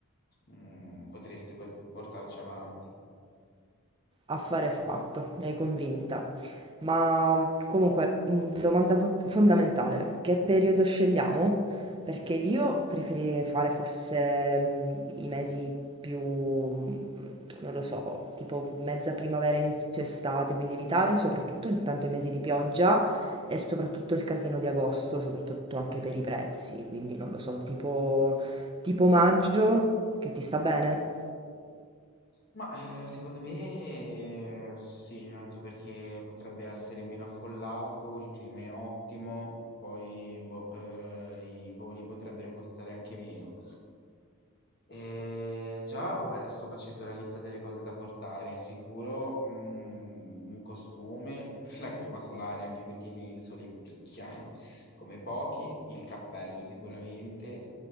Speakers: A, on the left; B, on the right.
A: mm, potresti po- portarci avanti.
B: Affare fatto, mi hai convinta. Ma comunque, mh, domanda vo- fondamentale, che periodo scegliamo? Perché io preferirei fare forse mh, i mesi più, mh, non lo so, tipo mezza primavera, inizio estate, quindi evitare soprattutto intanto i mesi di pioggia e soprattutto il casino di agosto, soprattutto anche per i prezzi, quindi non lo so, tipo, tipo maggio, che ti sta bene?
A: Ma eh, secondo me eh, sì, anche perché potrebbe essere meno affollato, il clima è ottimo, poi boh, eh, i voli potrebbero costare anche meno. E già, vabbè, sto facendo la lista delle cose da portare. Sicuro, mm, un costume, <laughs> la crema solare, anche perché lì il sole picchia <laughs> come pochi, il cappello sicuramente,